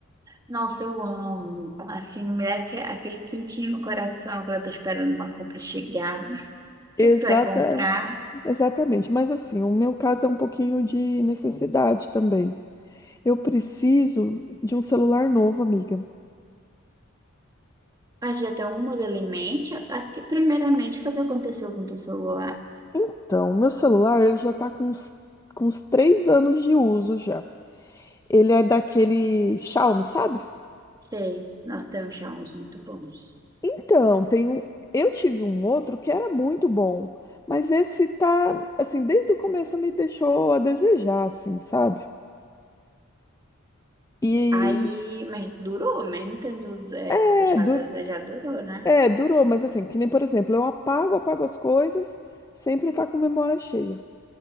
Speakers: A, on the right (about 20°); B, on the left (about 15°).
A: Nossa, eu amo. Assim, me dá aque- aquele quentinho no coração quando eu tô esperando uma compra chegar. O
B: Exata,
A: que é que tu vai comprar?
B: exatamente. Mas assim, o meu caso é um pouquinho de necessidade também. Eu preciso de um celular novo, amiga.
A: Ah, já tem um modelo em mente? Aqui, primeiramente, foi o que aconteceu com o teu celular.
B: Então, meu celular, ele já tá com uns, com uns três anos de uso já. Ele é daquele Xiaomi, sabe?
A: Sei, nós temos Xiaomi muito bons.
B: Então, tem um, eu tive um outro que era muito bom, mas esse tá, assim, desde o começo me deixou a desejar, assim, sabe? E
A: Aí, mas durou, mesmo tendo é,
B: é,
A: deixado
B: du-
A: a desejar, durou, né?
B: é, durou, mas assim, que nem, por exemplo, eu apago, apago as coisas, sempre tá com memória cheia,